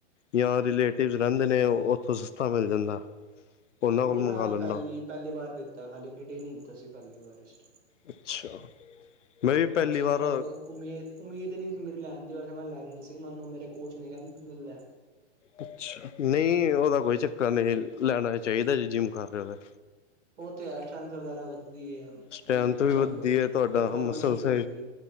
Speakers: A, on the left; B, on the right.
A: ਜਾਂ ਰਿਲੇਟਿਵਸ ਰਹਿੰਦੇ ਨੇ ਉੱਥੋਂ ਸਸਤਾ ਮਿਲ ਜਾਂਦਾ। ਉਹਨਾਂ ਕੋਲ
B: ਨਈ
A: ਮੰਗਵਾ
B: ਮੈਂ ਆਈ
A: ਲੈਂਦਾ
B: ਪਹਿਲੀ-ਪਹਿਲੀ ਵਾਰ ਦਿੱਤਾ ਖਾਲੀ ਕਰਟੇਨ ਈ ਦਿੱਤਾ ਸੀ ਪਹਿਲੀ ਵਾਰਿਸਟ।
A: ਅੱਛਾ, ਮੈਂ ਵੀ ਪਹਿਲੀ ਵਾਰ
B: ਮੇਰਾ ਕੋ ਉਮੀਦ, ਉਮੀਦ ਨਹੀਂੀ ਸੀ ਮੇਰੀ ਲੈਣ ਦੀ ਵੈਸੇ ਮੈਂ ਲੈਣ ਵਾਲੀ ਸੀ ਮੈਨੂੰ ਮੇਰੇ ਕੋਚ ਨ ਕਹਿੰਦੀ ਲੈ।
A: ਅੱ ਨਹੀਂ ਉਹਦਾ ਕੋਈ ਚੱਕਰ ਨਹੀਂ ਲੈਣਾ ਚਾਹੀਦਾ ਜੀ ਜਿੰਮ ਕਰ ਰਹੇ ਹੋ।
B: ਉਹ ਤੇ ਆਸ਼ਾਂਤ ਵਗੈਰਾ ਵਧਦੀ ਹੈ।
A: ਸੈਂਥ ਵੀ
B: ਮਸਲ
A: ਵੱਧਦੀ
B: ਪਰਫੋਰਮੈਂਸ
A: ਹੈ ਤੁਹਾਡਾ ਮਸਲਸ
B: ਵੀ ਵੱਧਦੀ ਹੈ